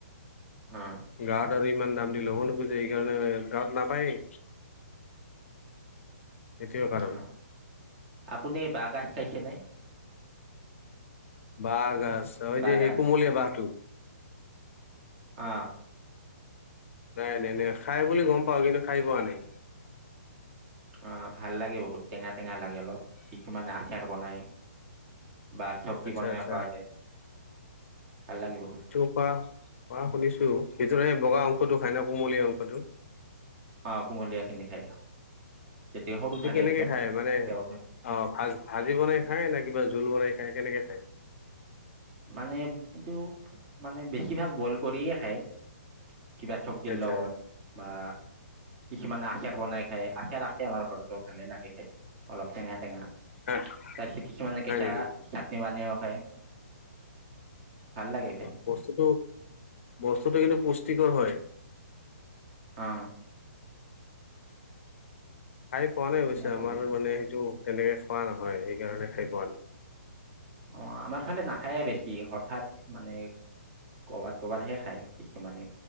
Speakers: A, on the right; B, on the left.
A: অ',
B: গাঁৱত আৰু ইমান দাম দি ল'ব নোখোজে সেইকাৰণে গাঁৱত নাপায়েই। সেইটোৱেই কাৰণ।
A: অ'। আপুনি বাঁহ গাজ খাইছে নে?
B: বাঁহ গাজ অঁ এই
A: বাঁহগাজ
B: যে সেই কুমলীয়া বাঁহটো?
A: অঁ।
B: নাই-নাই-নাই, খাই বুলি গম পাওঁ কিন্তু খাই পোৱা নাই।
A: অঁ ভাল লাগে বহুত টেঙা-টেঙা লাগে অলপ। কিছুমানে আচাৰ বনাই বা চব্জি
B: আচ্ছা
A: বনাইও
B: আচ্ছা
A: খোৱা যায় ভাল লাগে বহুত।
B: কোৱা, কোৱা শুনিছোঁ, ভিতৰৰ এই বগা অংশটো খায় ন, কোমলীয়া অংশটো।
A: অ', কুমলীয়া খিনি খাই, যেতিয়া সৰু
B: এইটো
A: থাকে
B: কেনেকে
A: একদম
B: খাই মানে
A: তেতিয়া
B: অ', ভাজি বনাই খায় নে, কিবা জোল বনাই খায় কেনেকে খায়।
A: মানে এইটো মানে বেছিভাগ বইল কৰিয়েই খায়। কিবা চব্জিৰ
B: আচ্ছা
A: লগত। বা কিছুমানে আচাৰ বনাই খায়, আচাৰ আছে আমাৰ ঘৰতো ভালেই লাগে। অলপ টেঙা টেঙা,
B: হা
A: তাৰপিছত কিছুমানে
B: হয়
A: কেঁচা
B: নেকি
A: চাটনি বনাইও খায়। ভাল লাগে
B: অ',
A: খাই।
B: বস্তুটো, বস্তুটো কিন্তু পুষ্টিকৰ হয়।
A: অ'।
B: খাই পোৱা
A: ধুনীয়া
B: নাই অৱশ্যে,
A: খাবলৈ
B: আমাৰ মানে সেইটো তেনেকে খোৱা নহয়, সেইকাৰণে খাই পোৱা নাই।
A: অ', আমাৰ ফালে নাখায়েই বেছি, হঠাৎ মানে ক'বাত ক'বাতহে খায় কিছুমানে।